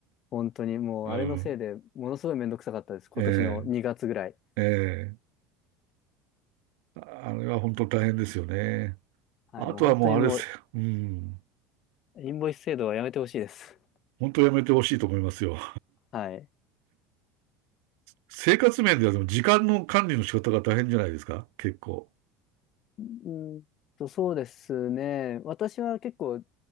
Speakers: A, on the left; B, on the right.
A: 本当にもう、
B: うん。
A: あれのせいでものすごいめんどくさかったです。今年の2月ぐらい。
B: ええええああれは本当大変ですよね。
A: はい、
B: あとはもうあれですよ。
A: もう本当にもう、
B: うん。
A: インボイス制度はやめてほしいです。
B: 本当やめてほしいと思いますよ。
A: はい。
B: 生活面ではでも時間の管理の仕方が大変じゃないですか結構。
A: うーんと、そうですね。私は結構